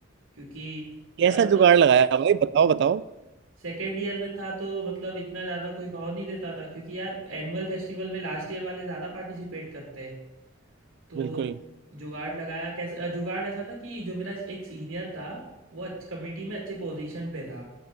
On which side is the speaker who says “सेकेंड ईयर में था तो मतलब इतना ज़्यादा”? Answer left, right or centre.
Right